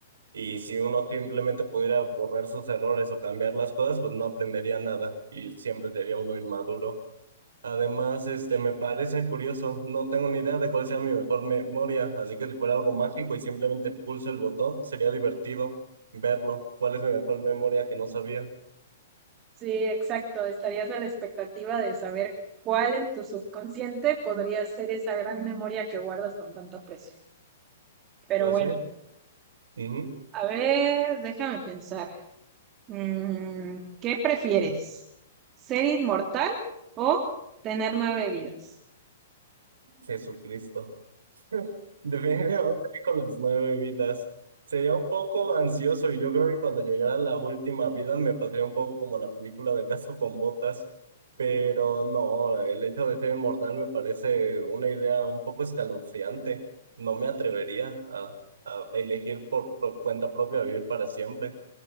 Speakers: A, on the right; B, on the right.
A: Y si uno simplemente pudiera borrar sus errores o cambiar las cosas, pues no aprendería nada y siempre sería uno inmaduro. Además, este, me parece curioso, no tengo ni idea de cuál sea mi mejor memoria, así que si fuera algo mágico y simplemente pulso el botón, sería divertido verlo. ¿Cuál es mi mejor memoria que no sabía?
B: Sí, exacto. Estarías a la expectativa de saber cuál en tu subconsciente podría ser esa gran memoria que guardas con tanto aprecio. Pero
A: Pues,
B: bueno,
A: eh, ujú,
B: a ver, déjame pensar. Mm, ¿qué prefieres? ¿Ser inmortal o tener nueve vidas?
A: Jesucristo. Definitivamente con las nueve vidas. Sería un poco ansioso y yo creo que cuando llegara la última vida me pasaría un poco como la película del gato con botas, pero no, el hecho de ser inmortal me parece una idea un poco escalofriante. No me atrevería a, a elegir por, por cuenta propia vivir para siempre.